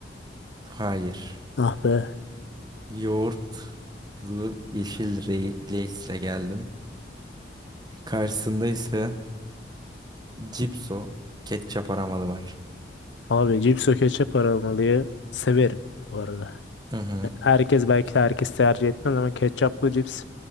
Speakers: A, on the right; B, on the left.
A: Hayır.
B: Ah be.
A: Yoğurtlu yeşil re- Lay's'le geldim. Karşısında ise Cipso ketçap aramalı var.
B: Abi cips o ketçap paramalıya severim bu arada.
A: Hı hı.
B: Herkes belki de herkes tercih etmez ama ketçaplı cips